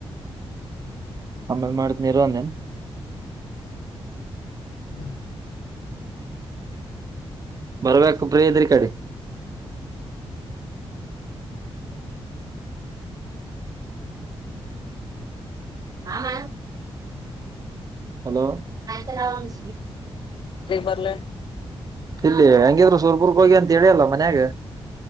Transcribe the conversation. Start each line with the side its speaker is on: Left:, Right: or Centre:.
Right: ಹಮೇಲ್ ಮಾಡತನಿರ ಅಂದೇನ್
Left: ಹ್ಮ
Right: ಬರ್ಬೇಕ ಪ್ರದ್ರಿ ಕಡೆ ಆಮ ಹಲ ಆಯ್
Left: ಬೇಗ್ ಬರ್ಲೆ
Right: ಇಲ್ಲಿ ಹಂಗಿದ್ರು ಸುರ್ಪುರ್ಗ ಹೋಗಿ ಅಂತ ಹೇಳಿ ಅಲ್ಲ ಮನ್ಯಾಗ